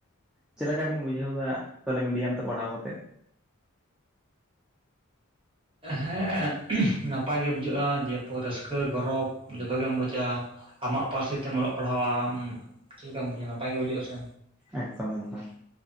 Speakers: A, in the centre; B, on the right (about 25°).
A: ᱪᱮᱫ ᱞᱮᱠᱟ ᱵᱤᱱ ᱵᱩᱡᱷᱟᱹᱣ ᱮᱫᱟ ᱥᱟᱱᱛᱟᱞᱤ ᱢᱤᱰᱤᱭᱟᱢ ᱛᱮ ᱯᱟᱲᱦᱟᱣ ᱠᱟᱛᱮᱫ
B: ᱦᱮᱸ ᱱᱟᱯᱟᱭ ᱜᱮ ᱵᱩᱡᱷᱟᱹᱜ-ᱟ ᱫᱤᱭᱮ ᱯᱚᱨ ᱨᱟᱹᱥᱠᱟᱹ ᱜᱚᱨᱚᱵᱽ ᱡᱚᱛᱚ ᱜᱮᱢ ᱵᱩᱡᱟ ᱟᱢᱟᱜ ᱯᱟᱹᱨᱥᱤ ᱛᱮᱢ ᱚᱞᱚᱜ ᱯᱟᱲᱦᱟᱣᱟ ᱟᱢ ᱪᱮᱫ ᱞᱮᱠᱟᱢ ᱵᱩᱡᱟ ᱱᱟᱯᱟᱭ ᱜᱮ ᱵᱩᱡᱩᱜ-ᱟ ᱥᱮ
A: ᱮᱠᱫᱚᱢ-ᱮᱠᱫᱚᱢ